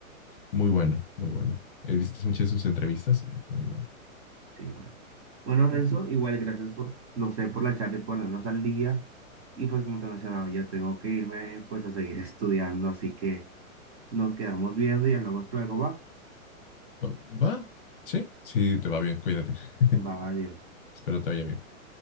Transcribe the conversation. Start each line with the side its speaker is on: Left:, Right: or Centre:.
Left: Muy bueno, muy bueno. He visto muchas de sus entrevistas y muy bueno.
Right: Sí, bueno. Bueno, Renzo, igual gracias por, no sé, por la charla y ponernos al día. Y pues como te mencionaba, yo tengo que irme pues a seguir estudiando, así que... Nos quedamos viendo y hablamos luego, va.
Left: Oh, va, sí, sí, te va bien, cuídate. <laughs>
Right: Va, adiós.
Left: Espero te vaya bien.